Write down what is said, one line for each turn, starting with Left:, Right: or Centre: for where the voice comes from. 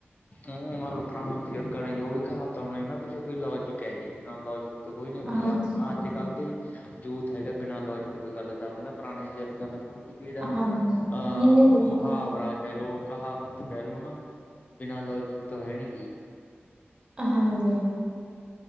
Left: ਓ ਮਤਲਬ ਪਰਾਨੇ ਬਜ਼ੁਰਗਾਂ ਨੇ ਜੋ ਵੀ ਕਹਾਵਤਾਂ ਬਨਾਇਆ ਇਨਾਂ ਪਿੱਛੇ ਕੋਈ ਲੋਜਿਕ ਹੈ ਜੀ ਬੀਨਾ ਲੋਜਿਕ ਤੋ ਕੋਈ ਨੀ ਬਨਾਈਆਂ
Right: ਹਾਂਜੀ,
Left: ਆਪਣਾ
Right: ਹਾਂਜੀ,
Left: ਅੱਜ ਕੱਲ੍ਹ ਦੀ ਜੁਥ ਹੈਗਾ ਬਿਨਾਂ ਲੋਜਿਕ ਤੋਂ ਗੱਲ ਕਰਨ ਦਾ ਪੁਰਾਣੇ ਬਜ਼ੁਰਗਾਂ ਦਾ ਕੋਈ ਜੇੜਾ,
Right: ਹਾਂਜੀ ਨਹੀਂ,
Left: ਅਂ
Right: ਨਹੀਂ ਬਿਲਕੁਲ
Left: ਮੁਹਾਵਰਾ ਕੈ ਲੋ, ਕਹਾਵਤ ਕੈ ਲੋੋ ਨਾ ਬਿਨਾਂ ਲੋਜਿਕ ਤੋ ਹੈ ਨੀ ਗੀ
Right: ਹਾਂਜੀ।